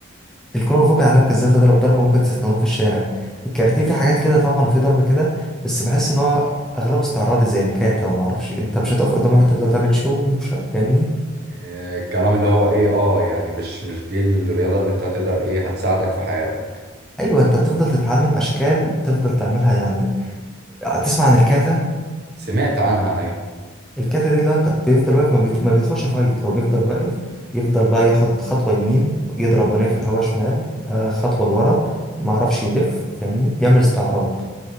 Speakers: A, in the centre; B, on the right (about 50°).
A: الكونغ فو بيعلمك ازاي تضرب ضربة ممكن تستخدمه في الشارع الكاراتيه في حاجات كده طبعا وفي ضرب كده بس بحس ان هو اغلبه استعراضي زي الكاتا وما اعرفش إيه. انت مش هتقف قدام واحد تفضل تعمل شو شو- فاهمني
B: آه، الكلام اللي هو ايه اه يعني مش مش دي الرياضة اللي انت هتقدر ايه هتساعدك في حياتك
A: ايوه انت بتفضل تتعلم اشكال تفضل تعملها يعني هتسمع عن الكاتا
B: سمعت عنها ايوه
A: الكاتا دي اللي هو انت بيفضل واقف ما, بيت... ما بيدخلش فايت هو بيفضل واقف يفضل بقى ياخد خطوة يمين يضرب بنيه في الهواء شمال آه، خطوة لورا ما اعرفش يلف فاهمني بيعمل استعراض